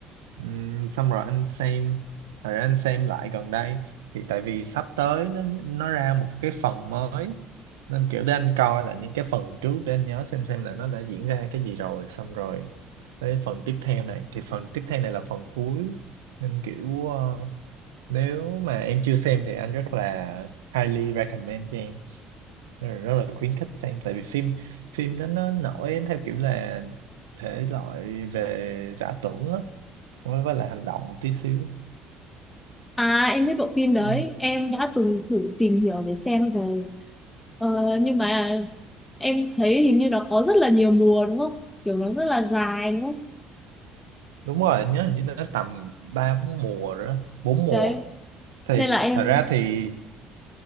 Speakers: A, on the right; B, on the left.
A: Ừm, xong rồi anh xem rồi anh xem lại gần đây thì tại vì sắp tới nó nó ra một cái phần mới nên kiểu để anh coi là những cái phần trước để anh nhớ xem xem là nó đã diễn ra cái gì rồi xong rồi tới phần tiếp theo này thì phần tiếp theo này là phần cuối nên kiểu ờ, nếu mà em chưa xem thì anh rất là highly recommend cho em nên là rất là khuyến khích xem tại vì phim phim đó nó nổi theo kiểu là thể loại về giả tưởng á với với là hành động một tí xíu
B: à em biết bộ phim đấy
A: ừ.
B: em đã từng thử tìm hiểu để xem rồi Ờ, nhưng mà em thấy hình như nó có rất là nhiều mùa đúng không kiểu nó rất là dài đúng không
A: đúng rồi anh nhớ hình như nó tầm ba bốn mùa rồi đó bốn mùa
B: đấy
A: thì
B: nên là em
A: thật ra thì